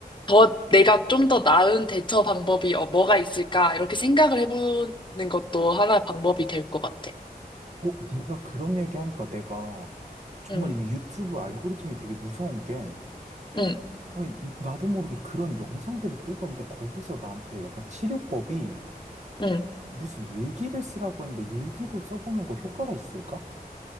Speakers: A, on the left (about 30°); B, on the right (about 45°).
A: 더 내가 좀 더 나은 대처 방법이 어, 뭐가 있을까? 이렇게 생각을 해보는 것도 하나 방법이 될 것 같아.
B: 어, 네가 그런 얘기하니까 내가 정말
A: 응,
B: 이 유튜브 알고리즘이 되게 무서운 게,
A: 응,
B: 아니, 나도 모르게 그런 영상들이 뜨던데 거기서 나한테 약간 치료법이
A: 응.
B: 무슨 일기를 쓰라고 했는데 일기도 써보는 거 효과가 있을까?